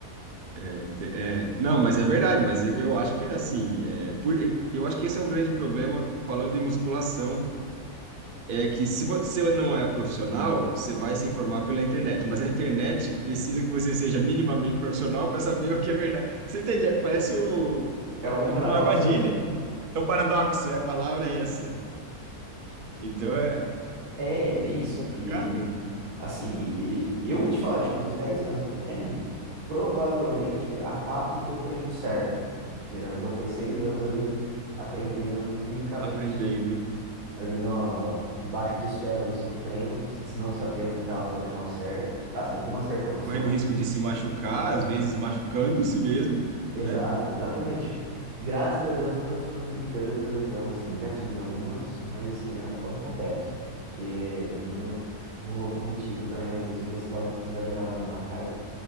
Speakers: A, on the right (about 45°); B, on the right (about 80°).
A: É, ente- é, não, mas é verdade, mas eu, eu acho que é assim, é, por, é, eu acho que esse é o grande problema falando em musculação, é que se você não é profissional, você vai se informar pela internet, mas a internet precisa que você seja minimamente profissional para saber o que é verdade. Você entende? Parece um-
B: É um paradoxo.
A: uma armadilha, é um paradoxo, é, a palavra é essa. Então, é,
B: É, é bem isso.
A: Complicado.
B: E, assim, e- e eu vou te falar, tipo, dos 10 anos que eu treino, provavelmente há 4 que eu treino certo, entendeu? Então foi 6 anos ali aprendendo no- empiricamente,
A: Aprendendo,
B: ali no, debaixo dos ferros, ali sofrendo, não sabendo o que estava fazendo ao certo, assim, com uma certa noção.
A: correndo o risco de se machucar, às vezes machucando-se mesmo,
B: Exato,
A: né?
B: exatamente. Graças a Deus nunca sofri tanta lesão assim. Já tive algumas, mas assim, é- acontece. Porque eu também eu não vou mentir que eu também às vezes gostava muito de exagerar na, na carga.